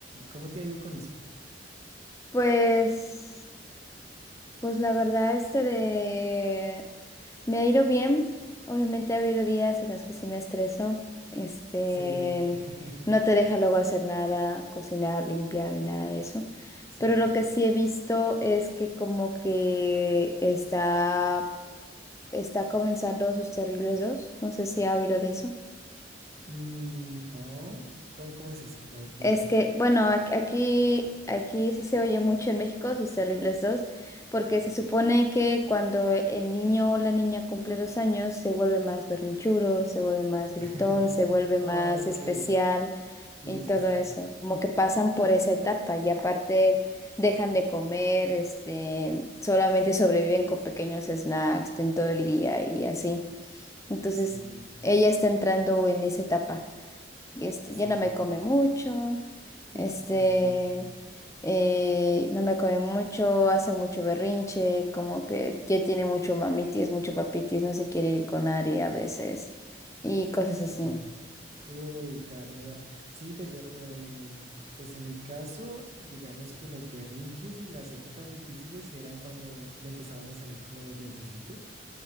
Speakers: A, on the right; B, on the left.
A: ¿Cómo te ha ido con eso?
B: Pues, pues la verdad este de me ha ido bien. Obviamente ha habido días en los que sí me estreso. Este,
A: Sí, <laughs>
B: no te deja luego hacer nada, cocinar, limpiar ni nada de eso.
A: sí.
B: Pero lo que sí he visto es que como que está está comenzando sus terribles dos. No sé si ha oído de eso.
A: Mm, no, ¿cómo, cómo es eso? A ver, cuéntame.
B: Es que, bueno, ac- aquí, aquí sí se oye mucho en México sus terribles dos, porque
A: Mm.
B: se supone que cuando el niño o la niña cumple dos años se vuelve más berrinchuro, se vuelve más
A: <laughs>
B: gritón, se vuelve más
A: Ok,
B: especial
A: sí, sí,
B: y todo
A: sí,
B: eso. Como que pasan por esa etapa y aparte dejan de comer, este, solamente sobreviven con pequeños snacks en todo el día y así. Entonces,
A: sí,
B: ella está entrando en esa etapa y este,
A: sí.
B: ya no me come mucho,
A: <laughs>
B: este,
A: Ay, Dios mío.
B: eh, no me come mucho, hace mucho berrinche, como que ya tiene mucho mamitis, mucho papitis, no se quiere ir con Ari a veces y cosas así.
A: Mm. Uy, caramba. Sí, pues yo, eh, pues en mi caso, digamos que los berrinches y las épocas difíciles eran cuando eh, le empezaban a salir como los dientecitos